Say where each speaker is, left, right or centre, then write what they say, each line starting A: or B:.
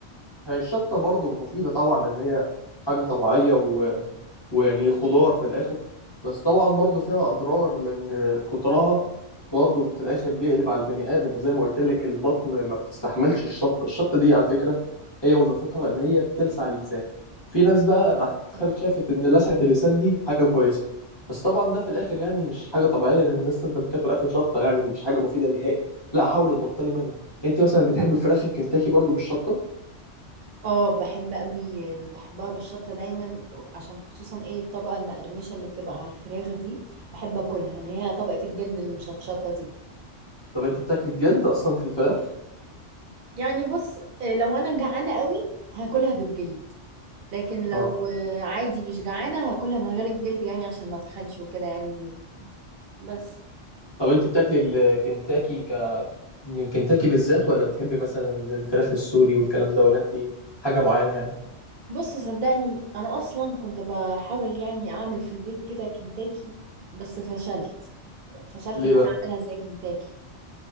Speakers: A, on the left; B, on the right.
A: هي الشطه برضو مفيده طبعا لان هي حاجه طبيعيه ويعني خضار في الاخر بس طبعا برضو فيها اضرار لان كترها برضو في الاخر بيقلب على البني ادم زي ما قلت لك البطن ما بتستحملش الشط الشط دي على فكره هي وظيفتها ان هي بتلسع اللسان في ناس بقى راح تخرج
B: مم.
A: شافت ان لسعه اللسان دي حاجه كويسه بس طبعا ده في الاخر يعني مش حاجه طبيعيه لان الناس تفضل تاكل اكل شطه يعني دي مش حاجه مفيده نهائي لا حاولي تبطلي منها انت مثلا بتحبي الفراخ الكنتاكي برضو بالشطه
B: اه بحب قوي بحبها بالشطه دايما عشان خصوصا ايه الطبقه المقرمشه اللي بتبقى على الفراخ دي بحب اكلها اللي هي طبقه الجلد اللي مشطشطه دي
A: طب انت بتاكلي الجلد اصلا في الفراخ
B: يعني بص آه، لو انا جعانه قوي هاكلها بالجلد لكن لو
A: اه
B: آه، عادي مش جعانة هاكلها من غير الجلد يعني عشان ما اتخنش وكده يعني بس
A: طب انت بتاكلي الكنتاكي من كنتاكي بالذات ولا بتحبي مثلا الفراخ السوري والكلام ده ولا انت حاجه معينه يعني
B: بص صدقني انا اصلا كنت بحاول يعني اعمل في البيت كده كنتاكي بس فشلت فشلت
A: ليه
B: ان
A: بقى
B: انا اعملها زي كنتاكي